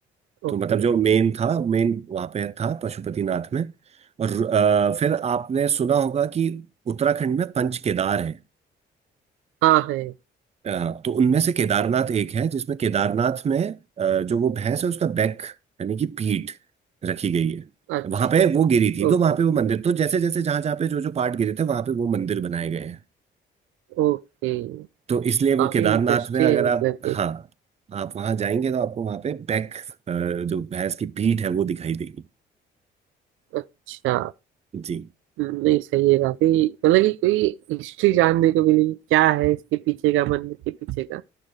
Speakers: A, on the right; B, on the right.
A: ओके
B: तो मतलब जो मेन था मेन वहां पे था पशुपतिनाथ में और अ, फिर आपने सुना होगा कि उत्तराखंड में पंच केदार है
A: हाँ है
B: तो उनमें से केदारनाथ एक है जिसमें केदारनाथ में अ, जो वो भैंस है उसका बैक यानी कि पीठ रखी गई है
A: अच्छा
B: वहां पे वो गिरी थी तो
A: ओके
B: वहां पे वो मंदिर तो जैसे जैसे जहां जहां पे जो जो पार्ट गिरे थे वहां पे वो मंदिर बनाए गए हैं।
A: ओके
B: तो इसलिए वो
A: काफी
B: केदारनाथ
A: इंटरेस्टिंग
B: में अगर
A: है
B: आप
A: मतलब
B: हाँ
A: कि
B: आप वहां जाएंगे तो आपको वहां पे बैक अ, जो भैंस की पीठ है वो दिखाई देगी
A: अच्छा
B: जी
A: नहीं सही है काफी मतलब कि कोई हिस्ट्री जानने को मिली कि क्या है इसके पीछे का मंदिर के पीछे का